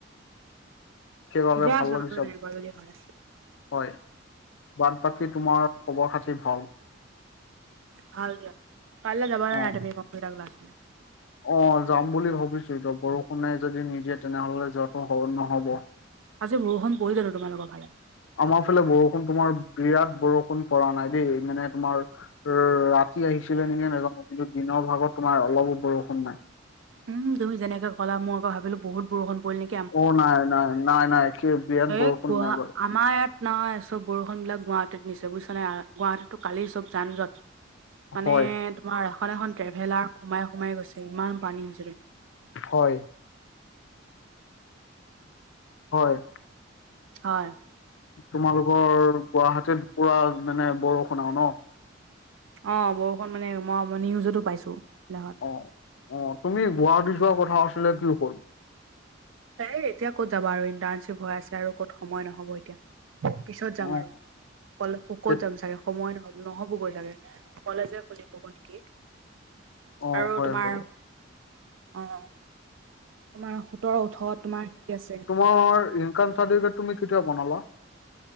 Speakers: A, on the left (about 70°); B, on the right (about 80°).
A: কি ভাবে
B: ঠিকে
A: ভাল
B: আছে বাৰু
A: <unintelligible>
B: এনেকুৱা যদি হয়,
A: হয়, বাদ বাকী তোমাৰ খবৰ খাতি ভাল?
B: ভাল দিয়া, কাললৈ যাবা ন
A: অ
B: নাই তুমি কম্পিউটাৰ ক্লাছেলৈ।
A: অ' যাম বুলি ভাবিছো বৰষুণে যদি নিদিয়ে তেনেহলে যোৱাতটো নহব।
B: আজ বৰষুণ পৰিল জানো তোমালোকৰ ফালে?
A: আমাৰ ফালে বৰষুণ তোমাৰ বিৰাট বৰষুণ পৰা নাই দেই, মানে তোমাৰ অ' ৰাতি আহিছিলে নেকি কিন্তু দিনৰ ভাগত তোমাৰ অলপো বৰষুণ নাই।
B: উমুি যেনেকে গ'া মই আকৌ ভাবিলো বুত বৰষুণ পৰিল নকি।
A: অ' নাই নাই নাই নাই ক বিৰাত
B: এই
A: বৰষুণ
B: গুৱা
A: নাই।
B: আমাৰ ইয়াত নাইয় চব বৰষুণ বিলাক গুৱাহাটীত নিছে বুজিছ নাই, গুৱাহাটীতো কালি চব যান যত মানে
A: হয়
B: তোমাৰ এখন এখন ট্ৰেভেলাৰ সোমাই সোমাই গৈছে, ইমান পানী হৈছে।
A: হয়, হয়।
B: হয়।
A: তোমালোকৰ গুৱাহাটীত পুৰা মানে বৰষুণও ন।
B: অ' বৰষুণ মানে মই আ নিউজতো পাইছো, বিলাকত।
A: অ' অ' তুমি গুৱাহাটী যোৱা কথা আছিলে কি হ'ল?
B: এই এতিয়া ক'ত যাবা আৰু ইণ্টাৰ্ণশ্বিপ হৈ আছে আৰু ক'ত সময় নহব এতিয়া, পিছত যাম
A: অ
B: আৰু। কলে শুখত
A: কেত-
B: যাম চাগে সময় নহ নহ'বগৈ চাগে। কলেজে খুলিব নেকি,
A: অ
B: আৰু
A: হয়
B: তোমাৰ,
A: হয়
B: অ'। তোমাৰ সোতৰ ওঠ তোমাৰ, আছে।
A: তোমাৰ ইনক চাৰফিকে তুমি কেতিয়া বনালা?